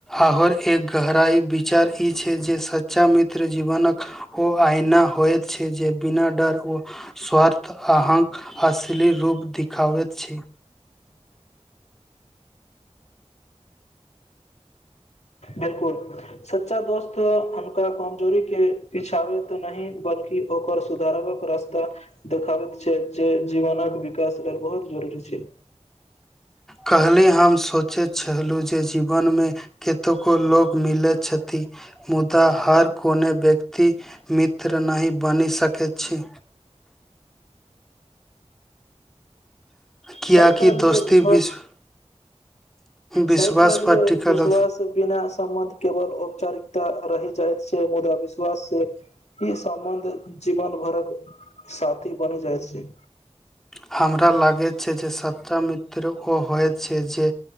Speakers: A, in the centre; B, on the left.
A: आर एक गहराई विचार ई छै, जे सच्चा मित्र जीवनक ओ आइना। होइत छै, जे बिना डर ओ स्वार्थ। तऽ अहाँक असली रूप दिखाबैत छै।
B: बिलकुल सच्चा दोस्त अनका कम जोड़ि के पिछाबेत नहि बल्कि ओकर सुधारबक रास्ता देखाबैत जे जीवनक विकास लेल बहुत जरूरी छै।
A: कल्हि हम सोचैत छलहुँ, जे जीवन में कतको लोक। मिलै छथि। मुदा हर कोनो व्यक्ति मित्र नहि बनि सकैत छै। किएकि
B: सही कहलिय
A: दोस्ती
B: विश्वास,
A: विश्व विश्वास
B: सही कहलिय
A: पर टिकल
B: विश्वास
A: अछि।
B: बिना संबन्ध केवल ओप। औपचारिकता रहि जाइत छै, मुदा विश्वास से ई सम्बन्ध जीवन भरक साथी बनि जाइत छै।
A: हमरा लागैत छै जे सच्चा मित्र ओ होइत। छै जे